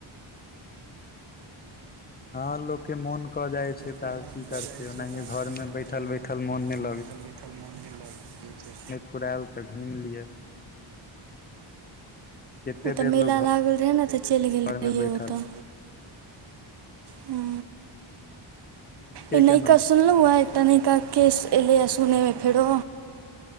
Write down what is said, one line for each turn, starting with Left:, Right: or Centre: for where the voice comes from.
Left: हँ लोकके मोन कऽ जाइ छै
Right: ह
Left: तऽ आब
Right: मोन
Left: की
Right: कऽ
Left: करते
Right: जाइ छै
Left: ओनाहिये
Right: तऽ आब
Left: घर
Right: की
Left: में
Right: करतै
Left: बैठल
Right: हमरा
Left: बैठल
Right: घरमे
Left: मोन नहि
Right: बैठल बैठल मोन नहि लगै छै
Left: फुरेल त घुइम लिअ कते
Right: ओतय
Left: देर
Right: मेला
Left: लोग
Right: लागल रहै ने तऽ चलि
Left: घर
Right: गेल रहियै
Left: मे बैठल
Right: ओतय हँ
Left: नीके
Right: इ नइका
Left: केलहुँ
Right: सुनलउ ये एकटा नइका केश एलेयै सुनमे फेरो